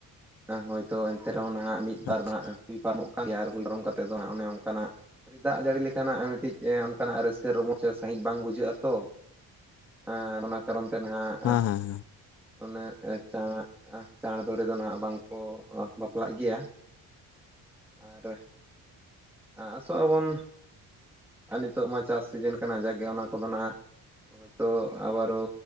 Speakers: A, in the centre; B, on the left.
A: ᱫᱚ ᱦᱳᱭᱛᱚ ᱮᱱᱛᱮ ᱨᱮᱦᱚᱸ ᱱᱟᱦᱟᱜ ᱢᱤᱫ ᱵᱟᱨ
B: ᱟᱪᱪᱷᱟ
A: ᱦᱟᱸᱜ ᱦᱩᱭ ᱯᱟᱨᱚᱢᱚᱜ ᱠᱟᱱ ᱜᱮᱭᱟ ᱟᱨ ᱦᱩᱭ ᱯᱟᱨᱚᱢ ᱠᱟᱛᱮᱫ ᱫᱚᱜ ᱚᱱᱮ ᱚᱱᱠᱟᱱᱟᱜ ᱫᱟᱜ ᱡᱟᱹᱲᱤ ᱞᱮᱠᱟᱱᱟᱜ ᱢᱤᱫᱴᱤᱡ ᱚᱱᱠᱟᱱᱟᱜ ᱨᱟᱹᱥᱠᱟᱹ ᱛᱮ ᱨᱚᱢᱚᱡᱽ ᱮ ᱥᱟᱺᱦᱤᱡ ᱵᱟᱝ ᱵᱩᱡᱷᱟᱹᱜᱼᱟ ᱛᱚ᱾ ᱟᱨ ᱚᱱᱟ ᱠᱟᱨᱚᱱ ᱛᱮ ᱱᱟᱦᱟᱜ
B: ᱦᱮᱸ ᱦᱮᱸ
A: ᱩᱱᱟᱹᱜ ᱪᱟᱬ ᱪᱟᱬ ᱫᱷᱚᱨᱮ ᱫᱚ ᱱᱟᱦᱟᱜ ᱵᱟᱝᱠᱚ ᱵᱟᱯᱞᱟᱜ ᱜᱮᱭᱟ᱾ ᱟᱨ ᱟᱥᱚᱜ ᱟᱵᱚᱱ ᱟᱨ ᱱᱤᱛᱚᱜ ᱢᱟ ᱪᱟᱥ ᱥᱤᱡᱮᱱ ᱠᱟᱱᱟ ᱡᱟᱜᱮ ᱚᱱᱟ ᱠᱚᱫᱚ ᱱᱟᱦᱟᱜ ᱦᱳᱭᱛᱳ ᱟᱵᱟᱨᱚ